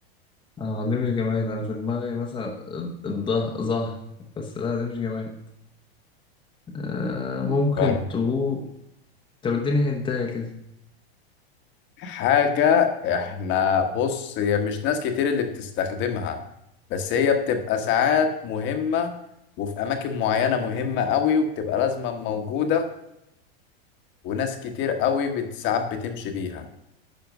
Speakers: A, on the left; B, on the left.
A: اه دي مش جماد أنا في دماغي مثلا الظهر ظهر بس لا دي مش جماد آه، ممكن
B: بره
A: تقول طب اديني هنتاية كده
B: حاجة احنا بص هي مش ناس كتير اللي بتستخدمها بس هي بتبقى ساعات مهمة وفي أماكن معينة مهمة قوي وبتبقى لازمة موجودة وناس كتير قوي بت- ساعات بتمشي بيها